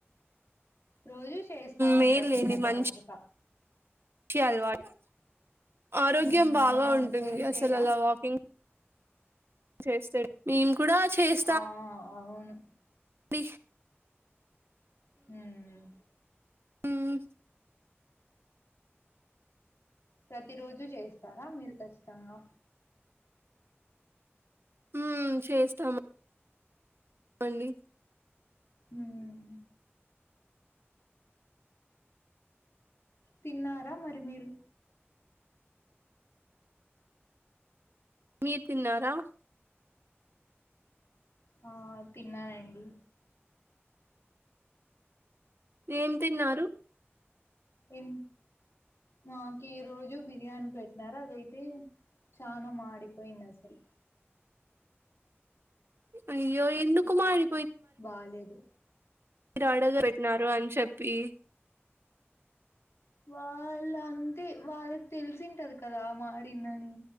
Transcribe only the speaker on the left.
రోజూ చేస్తా
ఉంటారు తిన్న తర్వాత
ఉమ్
అవును
మీరు చేయరా
ఆ అవును
ఉమ్
ప్రతి రోజు చేస్తారా మీరు ఖచ్చితంగా
ఉమ్ తిన్నారా మరి మీరు
ఆ తిన్నానండి
ఇం మాకు ఈరోజు బిర్యానీ పెట్టినారు అదైతే చానా మాడిపోయింది అసలు
బాలేేదు
వాళ్ళు అంతే వాళ్ళకి తెలిసింటది కదా మాడిందని